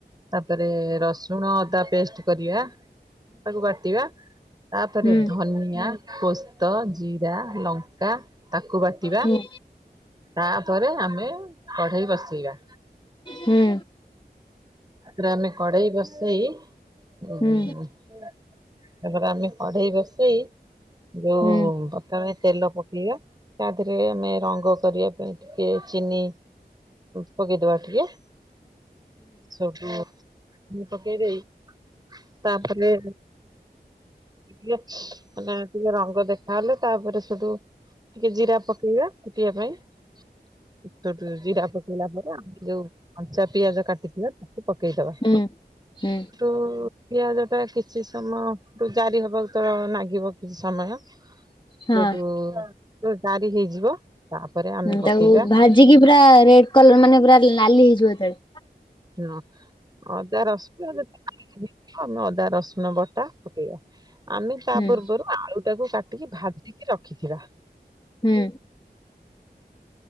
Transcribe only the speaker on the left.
ହୁଁ
ହୁଁ
ହୁଁ
ହୁଁ
ହୁଁ
ହୁଁ ହୁଁ ହୁଁ।
ହଁ
ହୁଁ ତାକୁ
ଭାଜିକି ପୁରା ରେଡ୍ କଲର ମାନେ ପୁରା ନାଲି ହେଇଯିବ ଯେତେଳେ-
ହୁଁ
ହୁଁ